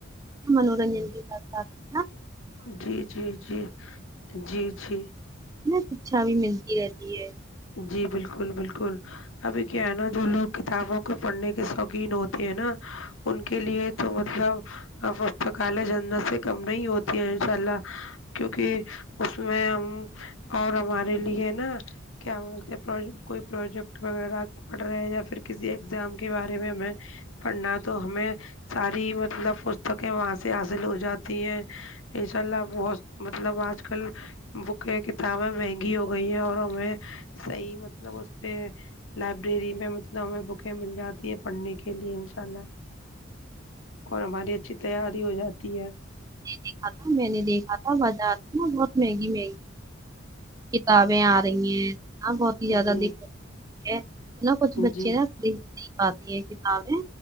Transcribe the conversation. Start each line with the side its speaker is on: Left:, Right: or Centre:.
Right: منورنجن دیتا <unintelligible>
Left: جی جی جی جی جی
Right: میں شکچھا بھی ملتی رہتی ہے
Left: جی بالکل بالکل ابھی کیا ہے نا جو لوگ کتابوں کے پڑھنے کے شوقین ہوتے ہیں نا ان کے لیے تو مطلب ا پستکالیہ جنت سے کم نہیں ہوتی ہے انشاء اللہ کیونکہ اس میں ہم اور ہمارے لیے نا کیا بولتے ہیں کوئی پروجیکٹ وغیرہ پڑ رہے ہیں یا پھر کسی ایگزام کے بارے میں ہمیں پڑھنا تو ہمیں ساری مطلب پستکیں وہاں سے حاصل ہو جاتی ہیں انشا اللہ بہت مطلب آج کل بک کتابیں مہنگی ہو گئی ہیں اور ہمیں صحیح مطلب اس پہ لائبریری میں مطلب ہمیں بکیں مل جاتی ہیں پڑھنے کے لیے انشاء اللہ اور ہماری اچھی تیاری ہو جاتی ہے
Right: دیکھا تھا میں نے دیکھا تھا بازار میں نہ بہت مہنگی مہنگی کتابیں آ رہی ہیں ہاں بہت ہی زیادہ
Left: جی
Right: دککت ہوتی ہے نہا کچھ بچے
Left: جی
Right: نا دیکھ نہیں پاتے ہے کتابیں